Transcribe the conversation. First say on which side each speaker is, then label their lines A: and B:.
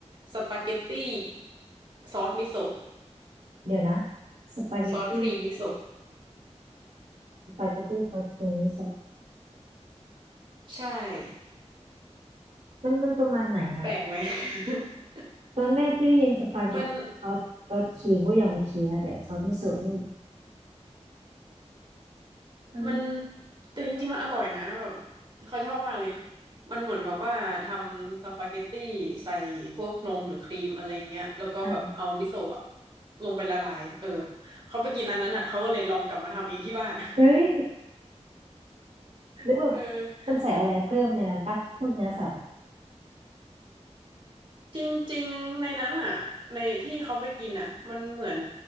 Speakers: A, on the right; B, on the right.
A: สปาเกตตี้ซอสมิโซะ
B: เดี๋ยวนะสปาเกตตี้
A: ซอสครีมมิโซะ
B: สปาเกตตี้ซอสครีมมิโซะ
A: ใช่
B: มันมันประมาณไหนอะ
A: แปลกไหม <laughs>
B: ตอนแรกที่ได้ยินสปาเกตตี้ซอสซอสครีมก็ยังโอเคนะแต่ซอสมิโซะนี่
A: มัน
B: มัน
A: มันแต่จริงๆมันอร่อยนะแบบเขาชอบมากเลยมันเหมือนกับว่าทำสปาเกตตี้ใส่พวกนมหรือครีมอะไรเงี้ยแล้วก็แบบเอามิโซะอะ
B: อ่ะ
A: ลงไปละลายเออเขาไปกินร้านนั้นอ่ะเขาก็เลยลองกลับมาทำเองที่บ้าน
B: เฮ้ย
A: <laughs>
B: หรือแบบ
A: เออ
B: มันใส่อะไรเพิ่มในนั้นปะพวกเนื้อสัตว์อะ
A: ก็จริงๆในนั้นอ่ะในที่เขาไปกินอ่ะมันเหมือน